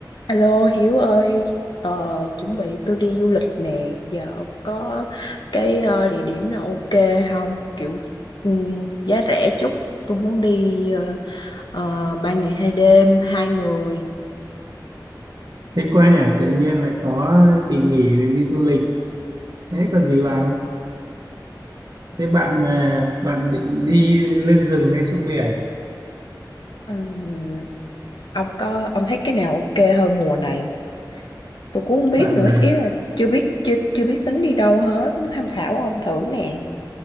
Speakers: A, on the left; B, on the right.
A: Alo Hiếu ơi, ờ, chuẩn bị tôi đi du lịch nè, giờ ông có cái ờ, địa điểm nào ok không? Kiểu ừm, giá rẻ chút, tôi muốn đi ờ, ờ, ba ngày hai đêm, hai người.
B: Thích quá nhỉ, tự nhiên lại có kỳ nghỉ để đi du lịch. Thế còn gì bằng? Thế bạn à, bạn định đi lên rừng hay xuống biển?
A: Ừm, ông có ông thấy cái nào ok hơn mùa này? Tôi cũng không biết
B: Bạn
A: nữa,
B: à,
A: ý là chưa biết chưa chưa biết tính đi đâu hết, tham khảo ông thử nè.